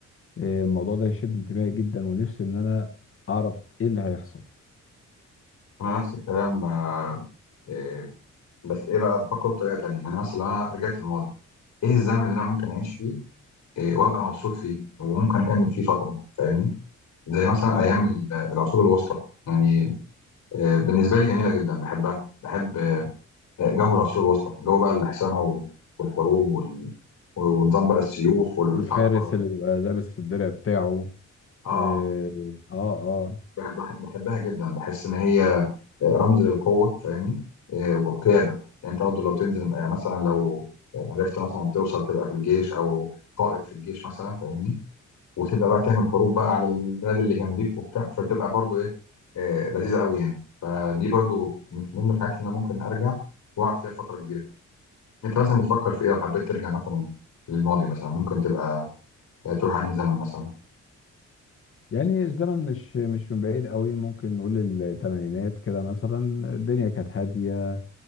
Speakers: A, on the left; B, on the left.
A: إيه، الموضوع ده يشد انتباهي جدا ونفسي ان انا اعرف ايه اللي هيحصل
B: انا نفس الكلام آه، إيه، بس ايه بقى بفكر بطريقه تانيه يعني مثلا لو انا رجعت الماضي ايه الزمن اللي انا ممكن اعيش فيه إيه، وابقى مبسوط فيه وممكن اكمل فيه فتره فاهمني زي مثلا
A: اه
B: ايام ال- العصور الوسطى يعني آه، بالنسبه لي جميله جدا بحبها بحب آه، جو العصور الوسطى جو بقى الحصانه و- والحروب وال- ونظام بقى السيوف والحربه
A: والفارس اللي بيبقى لابس الدرع بتاعه
B: اه
A: إيه، اه اه
B: بح- بح- بحبها جدا بحس ان هي رمز للقوه فاهمني آه، والقياده يعني انت برضه لو تنزل آه، مثلا لو عرفت مثلا توصل تبقى في الجيش او قائد في الجيش مثلا فاهمني وتبدا بقى تعمل حروب بقى على البلاد اللي جنبيك وبتاع فبتبقى برضو ايه آه لذيذه قوي يعني فدي برضو من ضمن الحاجات اللي انا ممكن ارجع واقعد فيها فتره كبيره انت مثلا بتفكر في ايه لو حبيت ترجع مثلا للماضي مثلا ممكن تبقى آه تروح انهي زمن مثلا
A: يعني الزمن مش مش من بعيد قوي ممكن نقول الثمانينات كده مثلا الدنيا كانت هادية